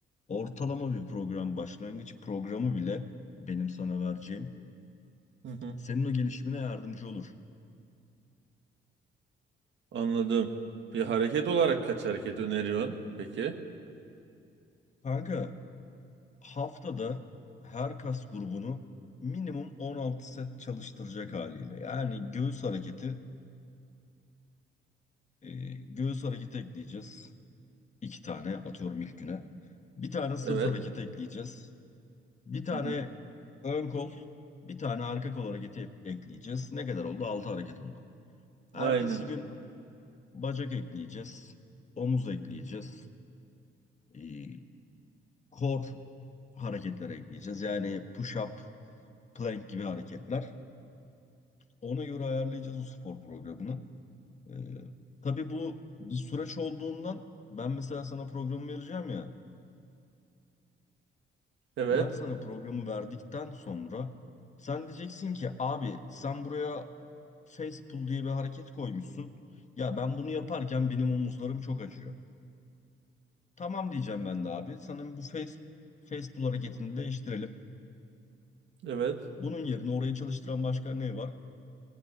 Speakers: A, on the left; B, on the right.
A: ortalama bir program, başlangıç programı bile benim sana vereceğim.
B: Hı hı.
A: Senin o gelişimine yardımcı olur.
B: Anladım. Bir hareket olarak kaç hareket öneriyorsun? Peki.
A: Kanka haftada her kas grubunu minimum 16 set çalıştıracak haliyle. Yani göğüs hareketi, e, göğüs hareketi ekleyeceğiz. iki tane atıyorum ilk güne. Bir tane sırt
B: Evet.
A: hareketi ekleyeceğiz. Bir tane
B: Hı hı.
A: ön kol, bir tane arka kol hareketi ekleyeceğiz. Ne kadar oldu? 6 hareket oldu. Ertesi
B: Aynen.
A: gün bacak ekleyeceğiz. Omuz ekleyeceğiz. E, kor hareketleri ekleyeceğiz. Yani push-up, plank gibi hareketler. Ona göre ayarlayacağız o spor programını. Ee, tabii bu bir süreç olduğundan ben mesela sana programı vereceğim ya.
B: Evet.
A: Ben sana programı verdikten sonra sen diyeceksin ki abi sen buraya face pull diye bir hareket koymuşsun. Ya ben bunu yaparken benim omuzlarım çok acıyor. Tamam diyeceğim ben de abi. Sana bu face, face pull hareketini değiştirelim.
B: Evet.
A: Bunun yerine oraya çalıştıran başka ne var?